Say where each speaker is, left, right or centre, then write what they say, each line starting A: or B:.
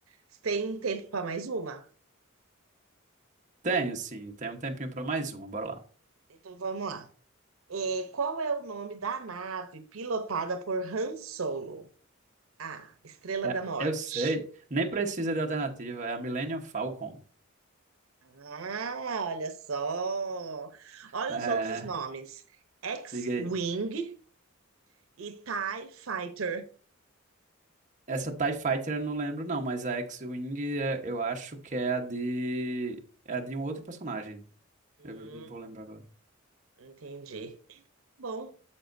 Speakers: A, on the right; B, on the right.
A: Você tem tempo para mais uma?
B: Tenho, sim, Tem um tempinho pra mais uma, bora lá.
A: Então vamos lá. É, qual é o nome da nave pilotada por Han Solo? A. Estrela
B: É,
A: da Morte.
B: eu sei, nem precisa de alternativa, é a Millennium Falcon.
A: Ah, olha só. Olha
B: É,
A: os outros nomes: X-Wing
B: diga aí.
A: e TIE Fighter.
B: Essa TIE Fighter eu não lembro, não, mas a X-Wing é- eu acho que é a de. É a de um outro personagem.
A: Hum,
B: Eu não vou lembrar agora.
A: entendi. Bom,